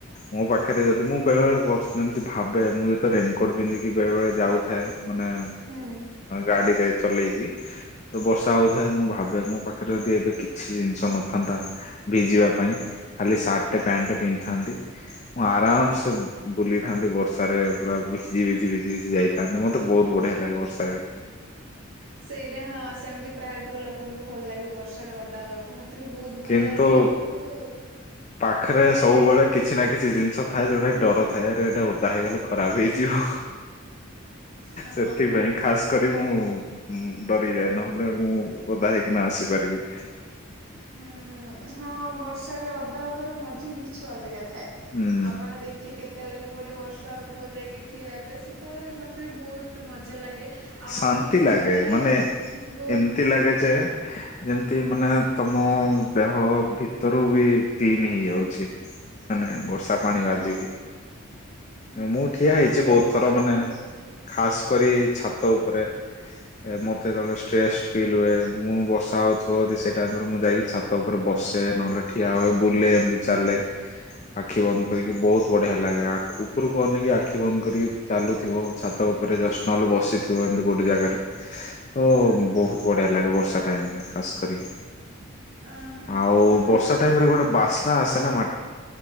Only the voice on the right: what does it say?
ହୁଁ।
ସେଇଟା ହଁ ସେମିତି ପ୍ରାୟତଃ ଲୋକଙ୍କୁ ଭଲ ଲାଗେ ବର୍ଷାରେ ଓଦା ହବାକୁ ମୋତେ ବି ବହୁତ ଭଲ
ଲାଗେ କିନ୍ତୁ
କଣ କହିଲେ
ହଁ
ହୁଁ ହୁଁ ହଁ ବର୍ଷାରେ ଓଦା ହବାର ମଜା ହିଁ କିଛି ଅଲଗା ଥାଏ
ଆପଣ ଦେଖି କେତେ ସେତେବେଳେ ବି ଗୋଟେ ବର୍ଷାହେଉଥିବ ଯାଇକି ଠିଆ ହେବେ ସେତେବେଳେ ମତେ ବି ବହୁତ ମଜା ମଜା ଲାଗେ ଆଉ
ମତେ ତ ବର୍ଷା
ହେଲେ
ବହୁତ
ହୁଁ।
ହଁ
ହୁଁ
ହଁ
ସେଇ
ବର୍ଷାରେ
ବହୁତ
ଆଚ୍ଛା
ହଁ ହଁ
ଅ ହଁ
ହଁ
ସେ